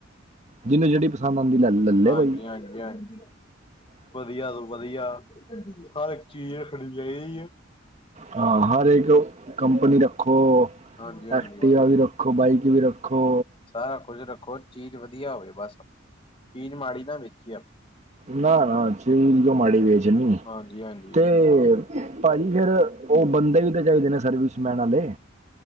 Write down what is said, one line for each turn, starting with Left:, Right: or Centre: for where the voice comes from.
Right: ਜਿਹਨੂੰ ਜਿਹੜੀ ਪਸੰਦ ਆਦੀ ਲੈ ਲਏ
Left: ਹਾਂਜੀ
Right: ਬਈ
Left: ਹਾਂਜੀ ਹਾਂਜੀ ਵਧੀਆ ਤੋਂ ਵਧੀਆ ਹਰ ਇੱਕ ਚੀਜ਼ ਰੱਖਣੀ ਚਾਹੀਦੀ ਆ।
Right: ਹਾਂ ਇਕ ਹਰ ਕੰਪਨੀ ਰੱਖੋ,
Left: ਹਾਂਜੀ ਹਾਂਜੀ
Right: ਐਕਟੀਵਾ ਵੀ ਰੱਖੋ। ਰੱਖੋ ਬਾਈਕ ਵੀ ਰੱਖੋ।
Left: ਸਾਰਾ ਕੁਝ ਰੱਖੋ ਚੀਜ਼ ਵਧੀਆ ਹੋਵੇ, ਬਸ ਆਪਣੀ ਚੀਜ਼ ਮਾੜੀ ਨਾ ਵੇਚੀ ਆ।
Right: ਨਾ-ਨਾ ਚੀਜ ਮਾੜੀ ਕਿਓ ਮਾੜੀ ਵੇਚਣੀ
Left: ਹਾਂਜੀ-ਹਾਂਜੀ,
Right: ਤੇ ਭਾਜੀ ਫੇਰ ਉਹ ਬੰਦੇ ਵੀ ਤਾਂ ਚਾਹੀਦੇ ਨੇ ਸਰਵਿਸ ਮੈਨਾਂ ਦੇ